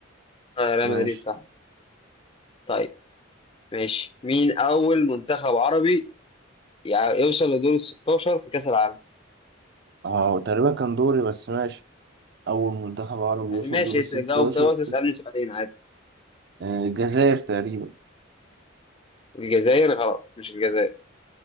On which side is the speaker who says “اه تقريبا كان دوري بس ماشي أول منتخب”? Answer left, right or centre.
Right